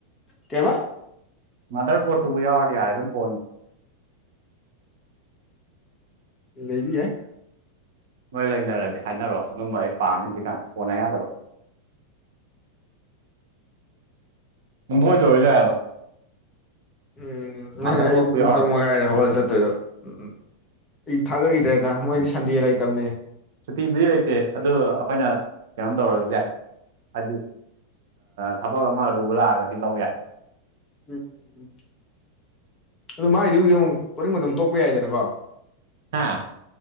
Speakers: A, on the left; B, on the right.
A: ꯀꯩꯕ
B: ꯃꯥꯗꯔ ꯕꯣꯔꯠꯇꯨꯕꯨ ꯌꯥꯎꯔꯗꯤ ꯌꯥꯔꯦ ꯑꯗꯨꯝ ꯐꯣꯟ
A: ꯂꯩꯕ ꯌꯥꯏ
B: ꯅꯣꯏ ꯂꯩꯅꯔꯗꯤ ꯍꯥꯏꯅꯔꯣ ꯑꯗꯨꯝꯕ ꯑꯩ ꯄꯥꯝꯃꯦ ꯍꯧꯖꯤꯛꯀꯥꯟ ꯐꯣꯟꯅ ꯌꯥꯗꯕ
A: <inaudible> <unintelligible>
B: ꯅꯨꯡꯊꯣꯏꯗꯧꯔꯁꯨꯏꯑꯕ
A: ꯎꯝ ꯅꯪ
B: ꯃꯥꯗꯔ
A: ꯍꯌꯦꯡ ꯑꯌꯨꯛ
B: ꯕꯣꯔꯠꯄꯨ
A: ꯄꯨꯡ
B: ꯌꯥꯎꯔꯗꯤ
A: ꯇꯔꯨꯛ ꯃꯈꯥꯏꯗ ꯍꯧꯒꯠꯂꯥ ꯆꯠꯇꯣꯏꯕ ꯎꯝ ꯎꯝ ꯑꯩ ꯊꯥꯖꯈꯤꯗ꯭ꯔꯦꯗ ꯃꯣꯏꯗꯤ ꯁꯟꯗꯦ ꯂꯩꯇꯕꯅꯦ
B: ꯁꯨꯇꯤꯕꯨꯗꯤ ꯂꯩꯇꯦ ꯑꯗꯨ ꯑꯩꯈꯣꯏꯅ ꯀꯩꯅꯣꯝ ꯇꯧꯔꯗꯤꯦ ꯍꯥꯏꯗꯤ ꯊꯕꯛ ꯑꯃ ꯑꯔꯨꯕ ꯂꯥꯛꯑꯒꯗꯤ ꯂꯧ ꯌꯥꯦꯏ
A: ꯎꯝ ꯑꯗꯨ ꯃꯒꯤꯗꯨ ꯑꯃꯨꯛ ꯄꯣꯅꯤꯡ ꯃꯇꯝ ꯇꯣꯛꯄ ꯌꯥꯏꯗꯅꯀꯣ
B: ꯍꯥ <inaudible> <unintelligible>